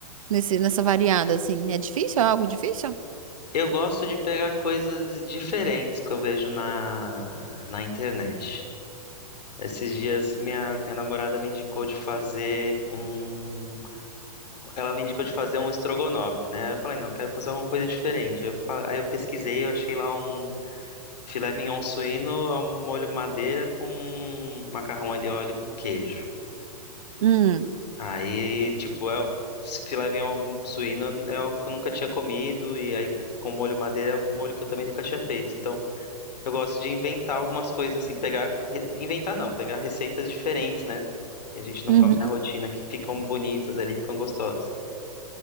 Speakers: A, on the right; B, on the left.
A: nesse, nessa variada, assim? É difícil? É algo difícil?
B: Eu gosto de pegar coisas diferentes que eu vejo na, na internet. Esses dias minha, minha namorada me indicou de fazer um. Ela me indicou de fazer um estrogonofe, né? Eu falei, não, quero fazer alguma coisa diferente. Eu fa- aí eu pesquisei, eu achei lá um filé mignon suíno ao molho madeira com macarrão alho e óleo com queijo.
A: Hum.
B: Aí, tipo, é, esse filé mignon suíno é algo que eu nunca tinha comido, e aí com molho madeira é um molho que eu também nunca tinha feito. Então. Eu gosto de inventar algumas coisas, assim, pegar. re- Inventar não, pegar receitas diferentes, né? E a gente não
A: uhum.
B: come na rotina, que ficam bonitas ali, ficam gostosas.